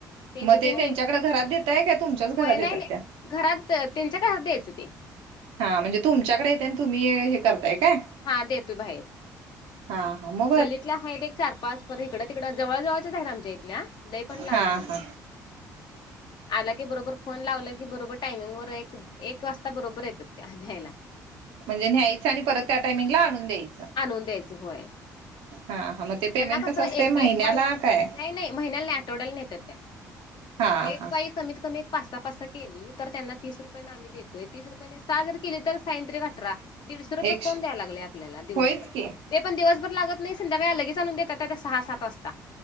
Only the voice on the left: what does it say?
त्यांच
त्यांनी
एक
होय नाही
नाही
घरात त्यांच्या घरात द्यायचं ते.
हा देतोय बाहेर
गल्लीतल्या आहेत एक चार पाच पर इकडं तिकडं जवळ जवळच्याच आहेत आमच्या इथल्या लय पण लांबच्या
नाही
आला की बरोबर फोन लावला की बरोबर टायमिंग वर एक एक वाजता बरोबर येत्यात त्या न्यायला
आणून द्यायचं होय.
त्यांना
कसं
एक
एक बाई
नाही नाही महिन्याला नाही आठवड्याला नेतात त्या.
एक
बाई कमीत कमी एक पाच सहा पाच सहा केली तर त्यांना तीस रुपये न देतोय तीस रुपयाने सहा जर केले तर साही त्रिक अठरा दीडशे रुपये
कोण द्यायला लागले आपल्याला दिवसभर
ते पण दिवसभर लागत नाही संध्याकाळ लगेच आणून देतात त्या सहा सात वाजता.